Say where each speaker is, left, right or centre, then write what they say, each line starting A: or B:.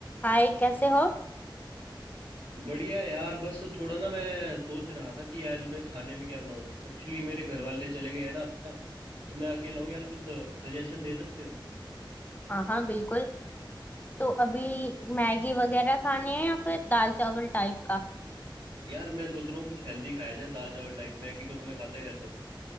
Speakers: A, on the left; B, on the right.
A: हाय कैसे हो
B: बढ़िया यार बस थोड़ा ना मैं सोच रहा था कि आज मैं खाने में क्या बनाऊं एक्चुअली मेरे घर वाले चले गए हैं ना तो मैं अकेला हूँ यार कुछ सजेशन दे सकते हो
A: हाँ हाँ बिल्कुल तो अभी मैगी वगैरह खाने हैं या फिर दाल चावल टाइप का
B: यार मैं सोच रहा हूँ कुछ हेल्दी खाया जाए दाल चावल टाइप मैगी तो मैं खाता ही रहता हूँ